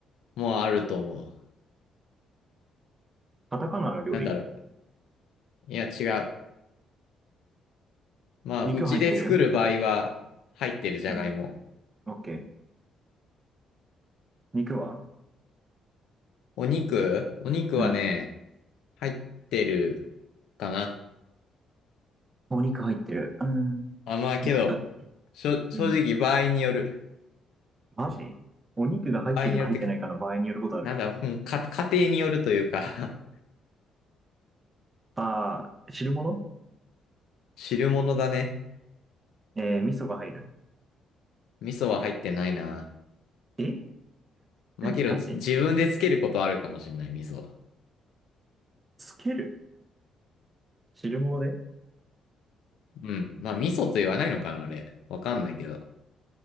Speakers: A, on the left; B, on the right.
A: もあると思う。
B: カタカナの料理
A: なんだろう、いや違う。まあ、
B: 肉入ってる
A: うちで作る場合は入ってるじゃがいも。
B: うん。オッケー。肉は
A: お肉お肉はね、
B: うん。
A: 入ってるかな。
B: お肉入ってる。うん。
A: あ、まあけど、
B: ぶ、
A: しょ、正直場合による。
B: うん。マジお肉が入ってるか入ってないかの場合によることある。
A: 場合によるってか、なんだろう、うんか、家庭によるというか
B: ああ、汁物
A: <laughs> 汁物だね。
B: えー、味噌が入る。
A: 味噌は入ってないな。
B: え
A: まあけど、
B: ガチ
A: じ自分でつけることはあるかもしれない、味噌。
B: つける汁物で
A: うん。まあ、味噌と言わないのかな、あれ。わかんないけど。